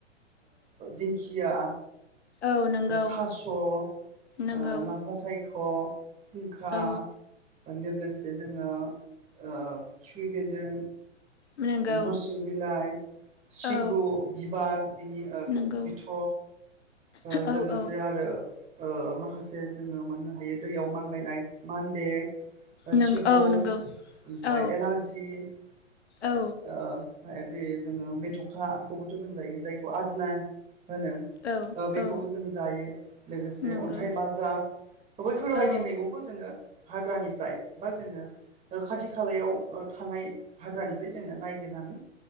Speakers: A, on the right (about 20°); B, on the left (about 65°).
A: दिंखिया।
B: औ नंगौ
A: थास' ओ-
B: नंगौ
A: लाफा सायख'। फुंखा
B: औ
A: लोगोसे जोङो खिफि बेन्दों
B: नंगौ
A: नोरसिं बिलाइ सिब्रु
B: औ
A: बिबार बिनि ओ-
B: नंगौ
A: बिथ'। ओ-
B: औ
A: लोगोसे
B: औ
A: आरो ओ- माखासे जोङो मोननो हायो दैयाव मानबायनाय मानदे।
B: नों
A: सिब
B: औ
A: ओमफफ्राय
B: नंगौ औ
A: एलांसि ओ
B: औ
A: ओमफफ्राय बे जोङो मेथ'खाखौबोथ' जों जायो जायखौ आजना होनो।
B: औ
A: ओ- बेखौबो
B: औ
A: जों जायो लोगोसे
B: नंगौ
A: अन्थाइ बाजाब बैफोरबायदि
B: औ
A: मैगं जोङो हाग्रानिफ्राय बा जोङो खाथि खालायाव थानाय हाग्रानिफ्राय जोङो ननायागिरनानै